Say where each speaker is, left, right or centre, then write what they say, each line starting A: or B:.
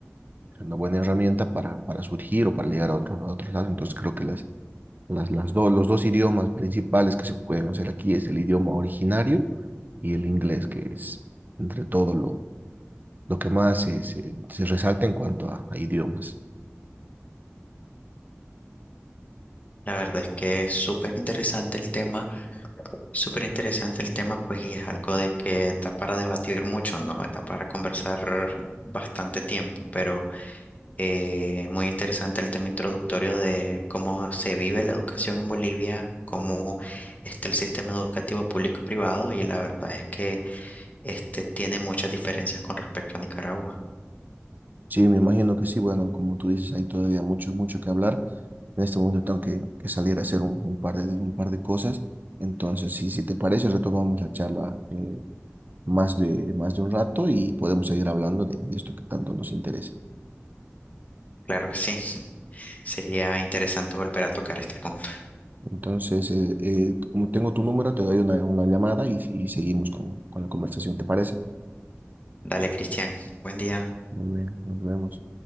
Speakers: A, on the right; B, on the left.
A: es una buena herramienta para, para surgir o para llegar a otros, a otros lados. Entonces creo que las, las, las dos, los dos idiomas principales que se pueden hacer aquí es el idioma originario y el inglés, que es entre todo lo, lo que más se, se, se resalta en cuanto a, a idiomas.
B: La verdad es que es súper interesante el tema. Súper interesante el tema, pues, y es algo de que da para debatir mucho, ¿no? Da para conversar bastante tiempo, pero eh, muy interesante el tema introductorio de cómo se vive la educación en Bolivia, cómo está el sistema educativo público y privado, y la verdad es que este tiene muchas diferencias con respecto a Nicaragua.
A: Sí, me imagino que sí. Bueno, como tú dices, hay todavía mucho, mucho que hablar. En este momento tengo que, que salir a hacer un, un par de, un par de cosas. Entonces, sí, si te parece, retomamos la charla eh, más de, más de un rato y podemos seguir hablando de, de esto que tanto nos interesa.
B: Claro que sí, <laughs> sería interesante volver a tocar este punto.
A: Entonces, eh, eh, como tengo tu número, te doy una, una llamada y, y seguimos con, con la conversación, ¿te parece?
B: Dale, Cristian, buen día.
A: Muy bien, nos vemos.